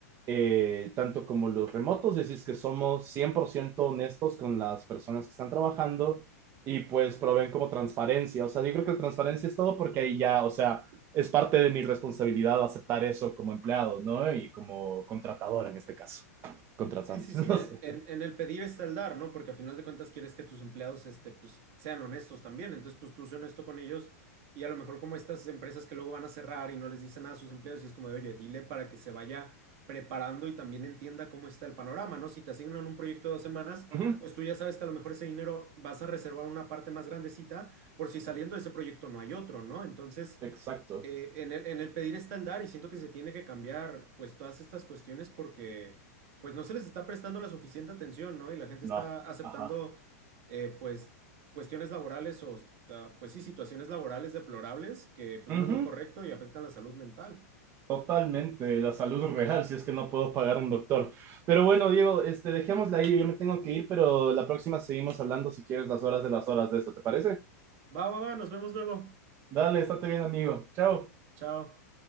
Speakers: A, on the right; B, on the right.
A: eh, tanto como los remotos, decís que somos 100% honestos con las personas que están trabajando, y pues proveen como transparencia. O sea, yo creo que la transparencia es todo porque ahí ya, o sea, es parte de mi responsabilidad aceptar eso como empleado, ¿no? Y como contratador en este caso, contratante,
B: Sí, sí, sí,
A: <laughs> no
B: en,
A: sé.
B: en- en el pedir está el dar, ¿no? Porque a final de cuentas quieres que tus empleados, este, pues, sean honestos también. Entonces, pues tú sé honesto con ellos y a lo mejor como estas empresas que luego van a cerrar y no les dicen nada a sus empleados y es como de, oye, dile para que se vaya preparando y también entienda cómo está el panorama, ¿no? Si te asignan un proyecto de dos semanas,
A: Ujú,
B: pues tú ya sabes que a lo mejor ese dinero vas a reservar una parte más grandecita por si saliendo de ese proyecto no hay otro, ¿no? Entonces
A: Exacto,
B: eh, en el, en el pedir está el dar y siento que se tiene que cambiar pues todas estas cuestiones porque pues no se les está prestando la suficiente atención, ¿no? Y la gente
A: no,
B: está aceptando
A: ajá.
B: eh, pues cuestiones laborales o ah, pues sí, situaciones laborales deplorables que pues no
A: Ujú,
B: es lo correcto y afectan la salud mental.
A: Totalmente, la salud real, si es que no puedo pagar un doctor. Pero bueno, Diego, este, dejémosla ahí, yo me tengo que ir, pero la próxima seguimos hablando si quieres las horas de las horas de esto, ¿te parece?
B: Va, va, va, nos vemos luego.
A: Dale, estate bien, amigo. Chao.
B: Chao.